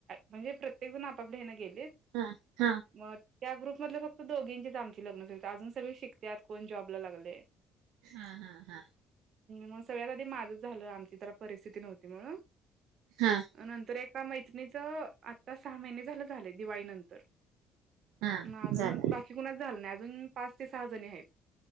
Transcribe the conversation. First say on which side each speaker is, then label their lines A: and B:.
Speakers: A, on the right; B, on the right.
A: म्हणजे प्रत्येक जण आपापल्या हेनं गेलेत.
B: हा, हा.
A: मग त्या ग्रुपमधल फक्त फक्त दोघींचीच आमची लग्न झालीत अजून सगळे शिकतात कोण जॉबला लागले.
B: हा हा हा.
A: मग सगळ्यात आधी माझच झालं आमची तर परिस्थिती नव्हती म्हणून
B: हा.
A: नंतर एका मैत्रणीच आता सहा महिने झालं झाले दिवाळीनंतर
B: हा
A: म अजून
B: झालं
A: बाकी कुणाच झाल नाही अजून पाच ते सहा जणी आहेत.